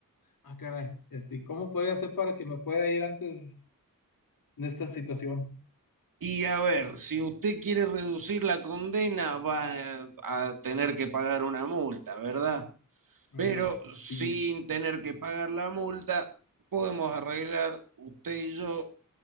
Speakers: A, on the left; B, on the right.
A: Ah, caray, este, ¿cómo podría hacer para que me pueda ir antes de esta situación?
B: Y a ver, si usted quiere reducir la condena, va a tener que pagar una multa, ¿verdad?
A: Ah,
B: Pero
A: sí.
B: sin tener que pagar la multa, podemos arreglar usted y yo